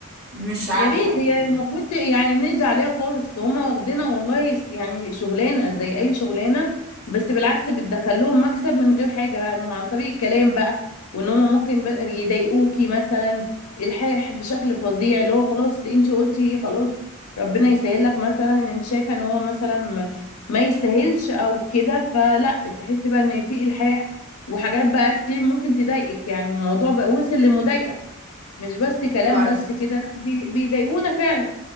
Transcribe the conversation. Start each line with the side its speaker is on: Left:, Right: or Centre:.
Right: مش عارفة
Left: يا ريت هي المفروض يعني نقضي عليها خالص هما واخدينها والله يعني شغلانه زي اي شغلانه بس بالعكس بتدخل لهم مكسب من غير حاجه يعني عن طريق الكلام بقى وان هما ممكن بقى يضايقوكي مثلا الحاح بشكل فظيع اللي هو خلاص انت قلتي خلاص ربنا يسهل لك مثلا انت شايفه ان هو مثلا ما ما يستاهلش او كده فلا تحسي بقى ان في الحاح وحاجات بقى كتير ممكن تضايقك يعني الموضوع بقى وصل لمضايقه مش بس كلام
Right: طيب
Left: بس كده بي- بيضايقونا فعلا